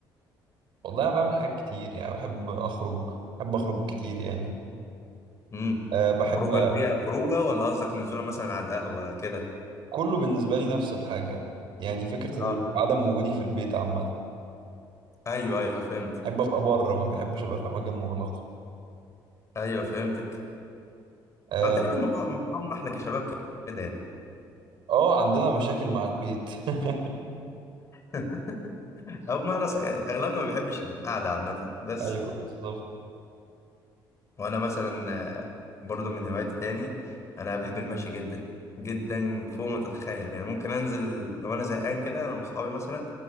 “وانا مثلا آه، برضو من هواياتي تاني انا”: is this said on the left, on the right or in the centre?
Left